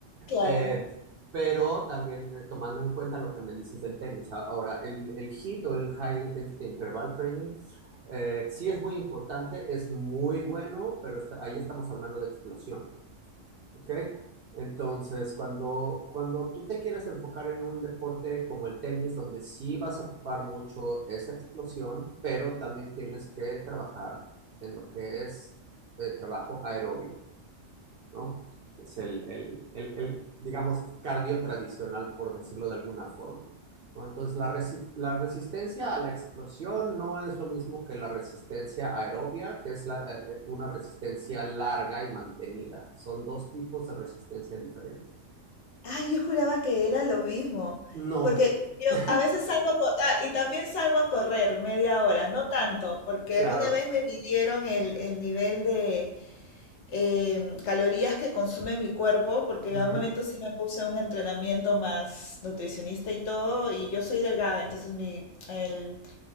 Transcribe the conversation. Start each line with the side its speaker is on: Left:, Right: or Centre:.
Left: Claro.
Right: Eh, pero también eh, tomando en cuenta lo que me dices del tenis. A- Ahora, el, el HIIT o el High Intensity Interval Training eh, sí es muy importante, es muy bueno, pero está- ahí estamos hablando de explosión, ¿ok? Entonces, cuando, cuando tú te quieres enfocar en un deporte como el tenis, donde sí vas a ocupar mucho esa explosión, pero también tienes que trabajar en lo que es eh, trabajo aerobio. ¿no? Es el, el, el, el, digamos, cardio tradicional, por decirlo de alguna forma. ¿no? Entonces, la, resi la, resistencia a la explosión no es lo mismo que la resistencia aerobia, que es la, eh, eh, una resistencia larga y mantenida. Son dos tipos de resistencia diferentes.
Left: Ay, yo juraba que era lo mismo,
Right: No,
Left: porque yo
Right: <laughs>
Left: a veces salgo, a co- ah, y también salgo a correr media hora, no tanto, porque
Right: claro.
Left: alguna vez me midieron el, el nivel de em, calorías que consume mi cuerpo, porque
Right: Mm.
Left: en algún momento sí me puse un entrenamiento más nutricionista y todo, y yo soy delgada, entonces mi, el,